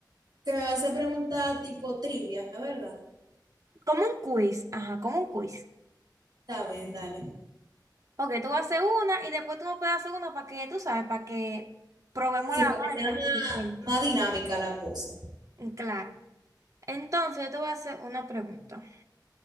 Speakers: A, on the right; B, on the right.
A: Que me va a hacer preguntas tipo trivia, ¿verdad?
B: Como un quiz, ajá, como un quiz.
A: Está bien, dale.
B: Ok, tú vas a hacer una y después tú me puedes hacer una para que, tú sabes, para que probemos
A: Sí,
B: la,
A: para que sea
B: el conocimiento.
A: más, más dinámica la cosa.
B: Claro. Entonces, yo te voy a hacer una pregunta.